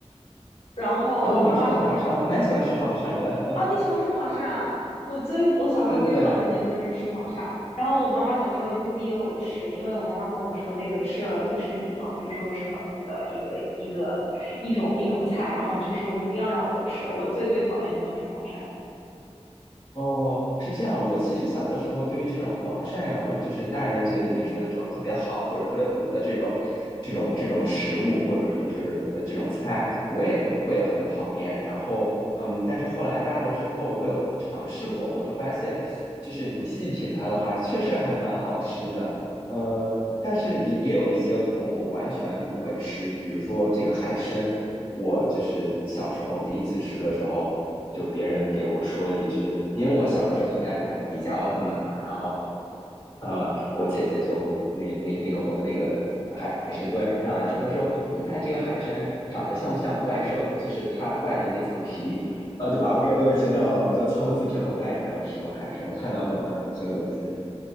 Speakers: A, on the left (about 65°); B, on the left (about 45°).
A: 然后我妈妈小时。
B: 啊，我知道黄鳝，我还蛮喜欢吃黄鳝的。<laughs>
A: 哦，你喜欢吃黄鳝啊？我最我小时候最讨厌的就是吃黄鳝，
B: 对对对。
A: 然后我妈妈小时候就会逼着我吃，因为我妈妈跟我说那个吃了对身体好，就说是很补的一个一个一种一种菜，然后就说一定要让我吃。我最最讨厌的就是黄鳝，
B: 哦，是这样。我其实小的时候，对于这种黄鳝呀、或者就是大人嘴里面说的这种特别好或者特别补的这种、这种、这种食物，或者说是呃这种菜，我也不，我也很讨厌。然后，嗯，但是后来大了之后，我有尝试过，我就发现，就是你细品它的话，确实还蛮好吃的。嗯、但是也也有一些可能我完全不会吃，比如说这个海参。我就是小时候第一次吃的时候，就别人给我说了一句，因为我小的时候特别爱看迪迦奥特曼嘛，然后呃，我姐姐就那那那个那个海参端上来之后，她说：“你看这个海参长得像不像怪兽？就是它外面那层皮。”呃，就把我给恶心到了，我就从此之后再也没有吃过海参，我看到都很很恶心。